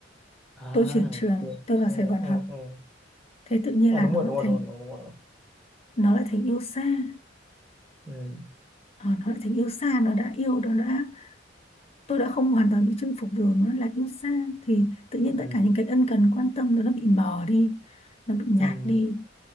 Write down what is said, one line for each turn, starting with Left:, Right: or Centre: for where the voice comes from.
Centre: à
Left: tôi chuyển trường
Centre: ok
Left: tôi vào Sài
Centre: ừ,
Left: Gòn
Centre: ừ,
Left: học
Centre: ừ.
Left: thế tự nhiên
Centre: à
Left: là
Centre: đúng
Left: nó
Centre: rồi
Left: lại
Centre: đúng rồi
Left: thành
Centre: đúng rồi đúng rồi, đúng rồi.
Left: nó lại thành yêu xa
Centre: Ừ,
Left: Ờ, nó lại thành yêu xa nó đã yêu nó đã tôi đã không hoàn toàn bị chinh phục rồi mà nó lại yêu xa thì tự nhiên
Centre: ừ,
Left: tất cả những cái ân cần quan tâm nó nó bị mờ đi nó bị nhạt
Centre: ừ,
Left: đi